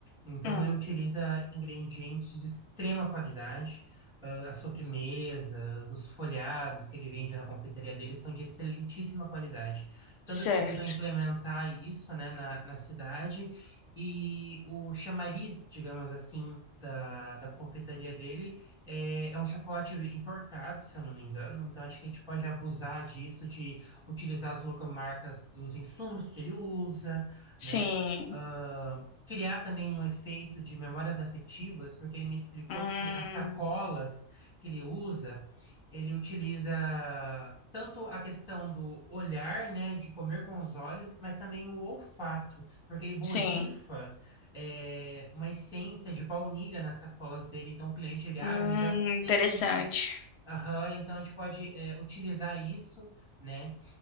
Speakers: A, in the centre; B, on the left.
A: Então,
B: Hum,
A: ele utiliza ingredientes de extrema qualidade, ah, as sobremesas, os folhados que ele vende na confeitaria dele são de excelentíssima qualidade. Tanto
B: certo.
A: que ele tentou implementar isso, né, na, na cidade, e o chamariz, digamos assim, da, da confeitaria dele é, é um chocolate importado, se eu não me engano, então acho que a gente pode abusar disso, de utilizar as logomarcas dos insumos que ele usa,
B: Sim.
A: né? Ah, criar também um efeito de memórias afetivas, porque ele me explicou
B: Hum,
A: que as sacolas que ele usa, ele utiliza tanto a questão do olhar, né, de comer com os olhos, mas também o olfato, porque ele borrifa
B: sim.
A: é, uma essência de baunilha nas sacolas dele. Então, o cliente ele abre,
B: Hum,
A: ele já sente.
B: interessante.
A: Aham, então a gente pode é, utilizar isso, né?